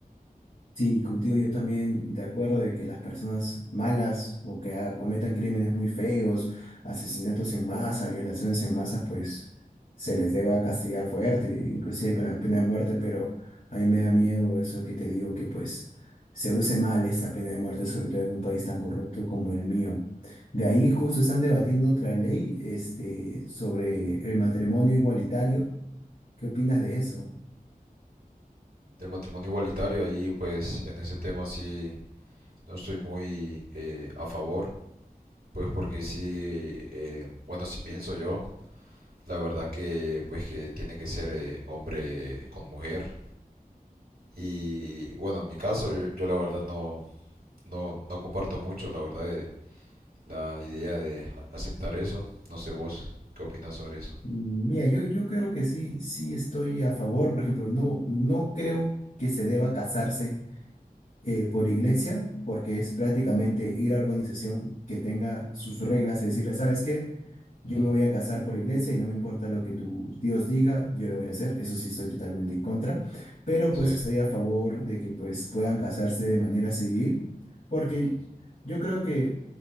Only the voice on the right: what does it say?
Del matrimonio igualitario ahí pues en ese tema sí no estoy muy eh, a favor, pues porque sí, eh, bueno, si pienso yo, la verdad que pues que tiene que ser eh, hombre con mujer y bueno, en mi caso yo, yo la verdad no, no, no comparto mucho, la verdad, eh, la idea de a- aceptar eso. No sé vos, ¿qué opinas sobre eso?
Ujú.
Sí,
ujú.